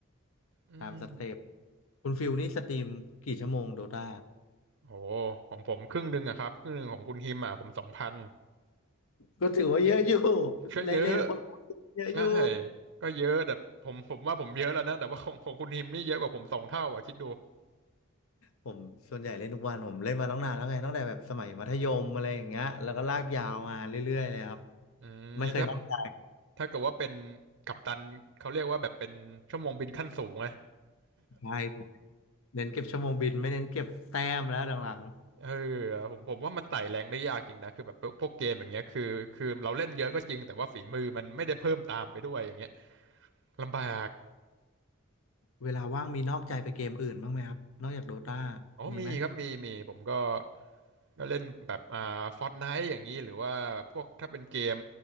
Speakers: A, on the right; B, on the left.
A: อืม
B: ตามสเต็ปคุณฟิลนี่สตรีมกี่ชั่วโมงโดตา
A: โอ้ของผมครึ่งหนึ่งอะครับครึ่งหนึ่งของคุณฮิมอะผมสองพัน
B: ก็ถือว่าเยอะอยู่
A: ก็เยอะ
B: ในเล่นคนเยอะอยู่
A: ใช่ก็เยอะแต่ผมผมว่าผมเยอะแล้วนะแต่ว่าของของคุณฮิมนี่เยอะกว่าผมสองเท่าอะคิดดู
B: ผมส่วนใหญ่เล่นทุกวันผมเล่นมาตั้งนานแล้วไงตั้งแต่แบบสมัยมัธยมอะไรอย่างเงี้ยแล้วก็ลากยาวมาเรื่อยๆเลยครับ
A: อืมนี่ถ้า
B: ไม่เคยนอกใจ
A: ถ้าเกิดว่าเป็นกัปตันเขาเรียกว่าแบบเป็นชั่วโมงบินขั้นสูงไง
B: ใช่ครับเน้นเก็บชั่วโมงบินไม่เน้นเก็บแต้มแล้วหลัง
A: เออผมผมว่ามันไต่แรงได้ยากจริงนะคือแบบพวกพวกเกมอย่างเงี้ยคือคือเราเล่นเยอะก็จริงแต่ว่าฝีมือมันไม่ได้เพิ่มตามไปด้วยอย่างเงี้ยลำบาก
B: ๆเวลาว่างมีนอกใจไปเกมอื่นบ้างไหมครับนอกจากโดตา
A: อ๋อมีครับมีมีผมก็
B: มีไหม
A: ก็เล่นแบบอ่าฟอร์ตไนท์อย่างนี้หรือว่าพวกถ้าเป็นเกม